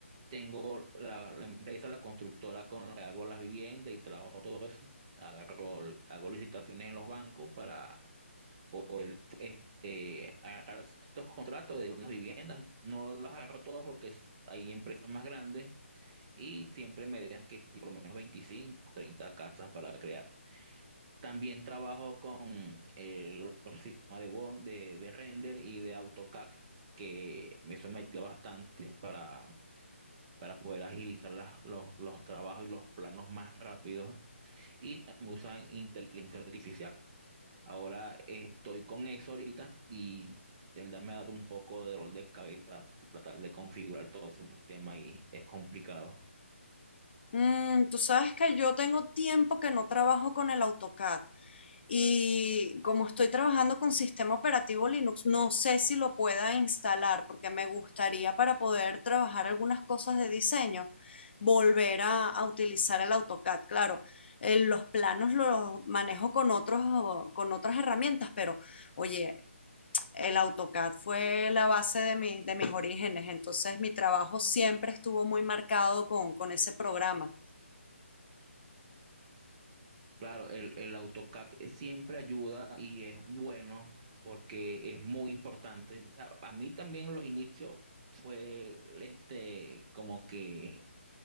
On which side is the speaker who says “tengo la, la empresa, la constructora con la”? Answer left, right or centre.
Right